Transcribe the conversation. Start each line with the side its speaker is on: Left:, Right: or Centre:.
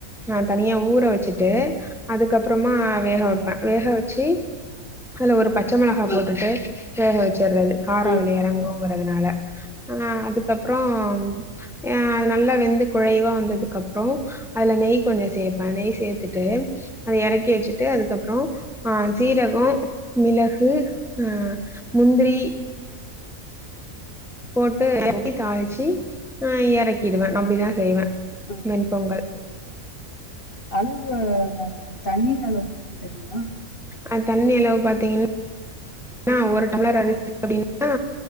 Centre: நா தனியா ஊற வெச்சுட்டு அதுக்கப் பறமா வேக
Left: ம்
Centre: வெப்பே வேக வெச்சி அதல ஒரு பச்ச மெளகா
Left: ம்
Centre: போட்டுட்டு வேகவெச் சர்றது காரோ
Left: ம்
Centre: அதுல எறங்கு போறதுனால அ அது க்கப்பறோ ம் யா அது நல்லா வெந்து குழைவா வந்ததுக் அப்றோ அதுல நெய் கொஞ்ச சேப்பேன நெய் சேத்துட்டு அத எறக் கி வெச்சிட்டு அதுக்கப்பறோ அ சீரக ம் மிளகு ஆ முந்திரி
Left: ம்
Centre: போட் ட்டு எறக்கி
Left: ம்
Centre: தாளிச்சி
Left: ம்
Centre: ஆ எறக்கிடுவே அப்டிதா செய்வே
Left: ம்
Centre: வெண்பொங்கல்
Left: அளவு தண்ணீ அளவு எதும் தெரியுமா
Centre: அந்த தண்ணீ அளவு பாத்தீங்ன்னா ஒரு டம்ளர் அரிசி அப்டினா